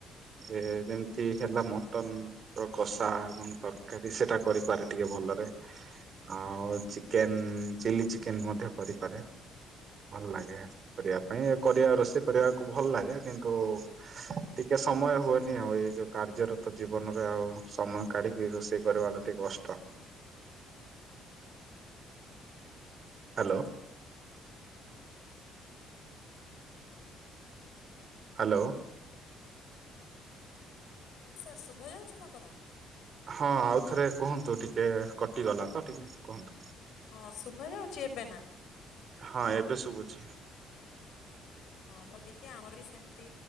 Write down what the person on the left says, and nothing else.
ହଁ
ହଁ ସାର୍ ଶୁଭୟାଉଛି ମ କଥା?
ହଁ ଶୁଭ ଯାଉଛି ଏବେ ନା?
ହଁ ବୁଲିକି ଆମର ବି ସେମିତି